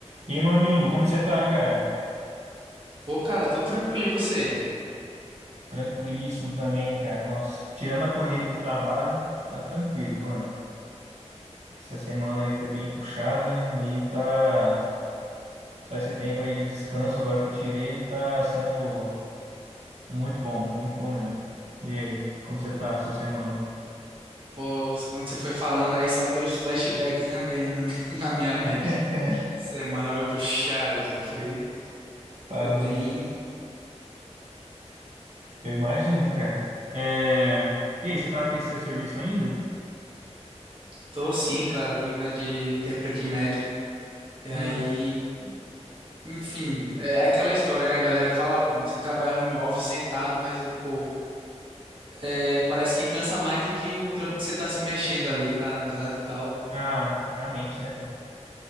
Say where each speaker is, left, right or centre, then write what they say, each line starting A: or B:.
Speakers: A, on the right; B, on the right.
A: E aí, meu amigo, como você tá, cara?
B: Pô, cara, tô tranquilo, e você?
A: Tranquilíssimo também, cara. Nossa, tirando a correria do trabalho, tá tranquilo, mano. Essa semana aí foi bem puxada e tá. Só esse tempo aí de descanso agora que eu tirei tá sendo muito bom, muito bom mesmo. E aí, como você tá, sua semana?
B: Pô, quando você foi falando aí, só veio os flashbacks também aí na minha, <laughs> na minha mente.
A: <laughs>
B: Semana foi puxada, cara, foi,
A: Tá
B: foi
A: doido.
B: bem...
A: Eu imagino, cara. É... E aí, você tá naquele seu serviço ainda?
B: Tô sim, cara, tô ainda de intérprete médico. E aí,
A: Hum.
B: enfim, é aquela história, né? A galera fala, "Ah, pô, mas você trabalha home office sentado, mas eu, pô, é, parece que cansa mais do que o trampo que você tá se mexendo ali, tá andando e tal.
A: Ah, é a mente, né, pô?